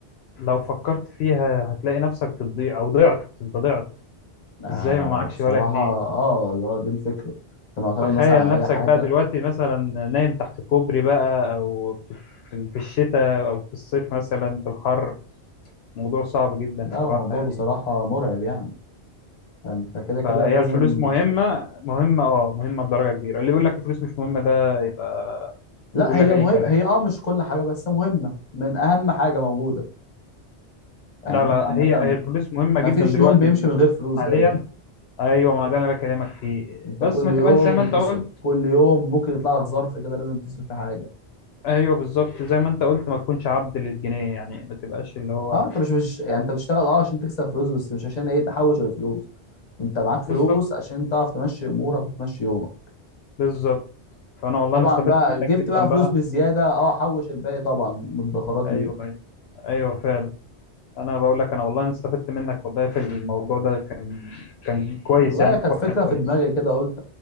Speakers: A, on the left (about 70°); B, on the left (about 40°).
A: لو فكرت فيها هتلاقي نفسك بتضيع او ضعت انت ضعت
B: آه
A: ازاي ما معكش
B: بصراحة
A: ولا جنيه
B: اه اللي هو دي الفكرة انت معتمد
A: تخيل
B: مثلا على
A: نفسك
B: اي حاجة
A: بقى دلوقتي مثلا نايم تحت كوبري بقى او في في الشتاء او في الصيف مثلا في الحر موضوع صعب جدا
B: لا هو
A: صراحة
B: الموضوع
A: يعني
B: بصراحة مرعب يعني فانت كده كده
A: فهي
B: لازم
A: الفلوس مهمة مهمة اه مهمة بدرجة كبيرة اللي يقول لك الفلوس مش مهمة ده يبقى
B: لا
A: يقول
B: هي
A: لك اي
B: مهمة
A: كلام
B: هي اه مش كل حاجة بس مهمة من اهم حاجة موجودة يعني
A: لا لا
B: انت عامة
A: هي هي الفلوس مهمة
B: ما
A: جدا
B: فيش
A: دلوقتي
B: يوم بيمشي من غير فلوس
A: حاليا
B: غالبا
A: ايوه ما ده اللي انا بكلمك فيه
B: انت
A: بس
B: كل
A: ما تبقاش
B: يوم
A: زي ما
B: بتصرف
A: انت قلت
B: كل يوم ممكن يطلع لك ظرف كده لازم تصرف في حاجة
A: ايوه بالظبط زي ما انت قلت ما تكونش عبد للجنيه يعني ما تبقاش اللي هو
B: اه انت مش مش يعني انت بتشتغل اه عشان تكسب فلوس بس مش عشان ايه تحوش الفلوس انت معاك فلوس
A: بالظبط
B: عشان تعرف تمشي امورك وتمشي يومك
A: بالظبط فانا والله
B: طبعا
A: انا استفدت
B: بقى
A: منك
B: جبت
A: جدا
B: بقى فلوس
A: بقى
B: بالزياده اه حوش الباقي طبعا من الادخارات
A: ايوه
B: ليك
A: ايوه ايوه فعلا انا بقول لك انا والله انا استفدت منك والله في الموضوع ده كان كان كويس
B: والله
A: يعني الحوار
B: كانت فكره
A: كان كويس
B: في دماغي كده قلت